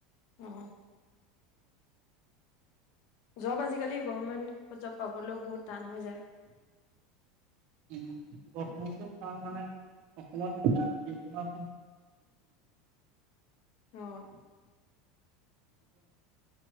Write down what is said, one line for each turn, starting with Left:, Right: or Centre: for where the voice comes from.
Left: অহ জৰ্ব আজিকালি গভমেন্ট জৰ্ব পাবলৈও বহুত টান হৈ যায়
Right: উ বৰ্তমান কাৰণ মানে অসমত এতিয়া।
Left: অ'।